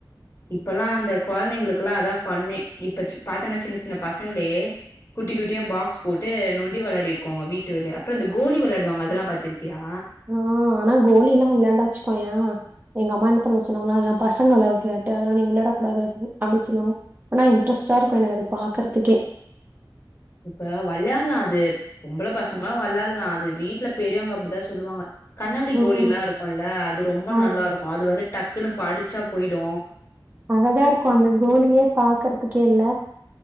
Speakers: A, on the left (about 40°); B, on the right (about 25°).
A: இப்பெல்லா அந்த கொழந்தைங்களுக்கல்லா அதா ஃபன்னே இப்ப ச்சு பாத்தேனா சின்ன சின்ன பசங்களே குட்டி குட்டியா பாக்ஸ் போட்டு நொண்டி வெளாடிருக்கோ ஒங்க வீட்டு வெளிய அப்பறோ இந்த கோலி வெளாடுவாங்க அதெல்லா பாத்திருக்கியா
B: ஆஹ் ஆனா கோலிலா வெளாண்டா வச்சுக்கோயே எங்க அம்மா என்ன தெரிமா சொன்னாங்க அதெல்லா பசங்க வெளையாடுற வெளாட்டு அதெல்லா நீ வெளாட கூடாது அப்டி அடிச்சிருவாங்க ஆனா இன்ட்ரஸ்டா இருக்கு எனக்கு அத பாக்கறதுக்கே
A: இப்ப வெளையாடலா அது பொம்பள பசங்களு வெளையாடலா அது வீட்ல பெரியவுங்க அப்டிதா சொல்லுவாங்க கண்ணாடி
B: ம்.
A: கோலி எல்லா இருக்குல்ல அது ரொம்ப
B: அழ
A: நல்லா இருக்கு அது வந்து டக்குன்னு பா டிச்சா போயிடு
B: அழகா இருக்கு அந்த கோலியே பாக்குறதுக்கேல